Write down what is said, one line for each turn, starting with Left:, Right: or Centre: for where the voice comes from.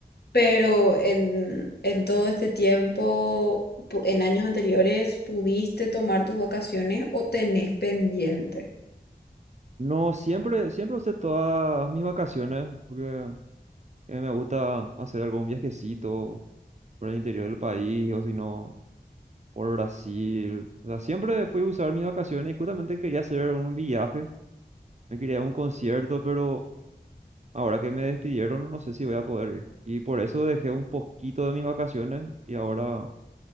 Left: Pero en, en todo este tiempo, pu- en años anteriores, pudiste tomar tus vacaciones o tenés pendiente.
Right: No, siempre, siempre usé todas mis vacaciones porque eh, me gusta hacer algún viajecito por el interior del país o si no, por Brasil. O sea, siempre fui a usar mis vacaciones y justamente quería hacer un viaje, me quería ir a un concierto, pero Ahora que me despidieron, no sé si voy a poder ir. Y por eso dejé un poquito de mis vacaciones y ahora,